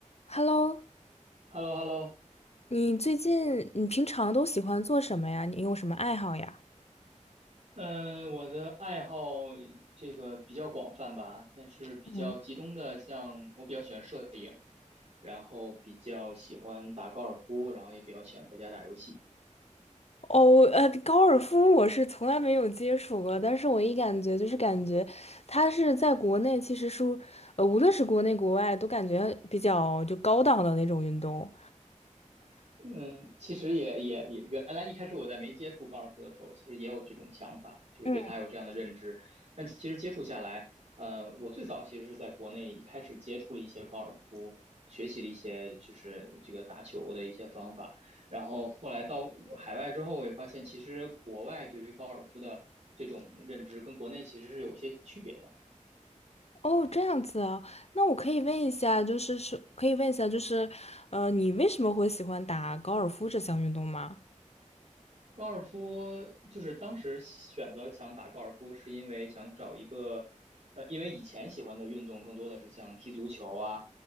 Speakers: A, on the left (about 55°); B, on the right (about 50°).
A: Hello，
B: h e l l o h e l l o
A: 你最近你平常都喜欢做什么呀？你有什么爱好呀？
B: 嗯，我的爱好这个比较广泛吧，但是比较集中的，
A: 嗯，
B: 像我比较喜欢摄影，然后比较喜欢打高尔夫，然后也比较喜欢在家打游戏。
A: 哦，呃，高尔夫我是从来没有接触过，但是我一感觉就是感觉它是在国内其实是，呃，无论是国内国外都感觉比较就高档的那种运动。
B: 嗯，其实也也也，原来一开始我在没接触高尔夫的时候，其实也有这种想法，就是对它有这样的认知。
A: 嗯，
B: 但其实接触下来，呃，我最早其实是在国内一开始接触了一些高尔夫，学习了一些就是这个打球的一些方法。然后后来到海外之后，我也发现其实国外对于高尔夫的这种认知跟国内其实是有一些区别的。
A: 哦，这样子啊，那我可以问一下，就是是可以问一下，就是呃，你为什么会喜欢打高尔夫这项运动吗？
B: 高尔夫就是当时选择想打高尔夫，是因为想找一个，呃，因为以前喜欢的运动更多的是像踢足球啊，